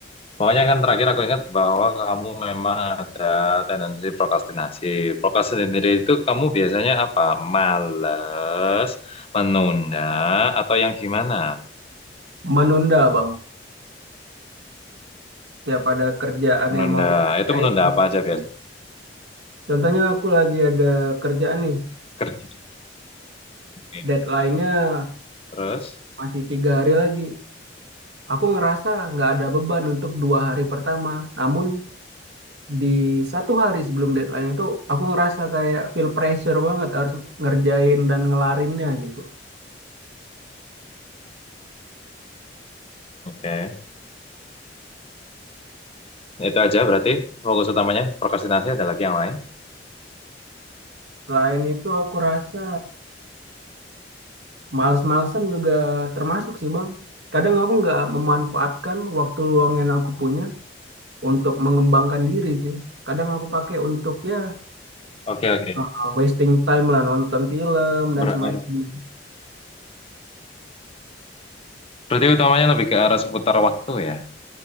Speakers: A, on the left (about 35°); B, on the right (about 75°).
A: pokoknya kan terakhir aku ingat bahwa kamu memang ada tendensi prokrastinasi. Prokrastinasi itu kamu biasanya apa? Males, menunda, atau yang gimana?
B: menunda bang. Tiap ada kerjaan
A: Menunda.
B: yang mau aku kerjain,
A: Itu menunda
B: aku
A: apa
B: tunda.
A: aja biasa?
B: Contohnya aku lagi ada kerjaan nih,
A: Kerja. Oke.
B: deadline-nya
A: Terus,
B: masih tiga hari lagi. Aku ngerasa nggak ada beban untuk dua hari pertama. Namun di satu hari sebelum deadline itu aku ngerasa kayak feel pressure banget harus ngerjain dan ngelarinnya gitu.
A: oke. Itu aja berarti fokus utamanya. Prokrastinasi ada lagi yang lain.
B: Selain itu aku rasa males-malesan juga termasuk sih Bang. Kadang aku nggak memanfaatkan waktu luang yang aku punya untuk mengembangkan diri sih. Kadang aku pakai untuk ya
A: Oke, oke.
B: uh, wasting time lah nonton film dan
A: Berarti,
B: semacamnya.
A: berarti utamanya lebih ke arah seputar waktu ya.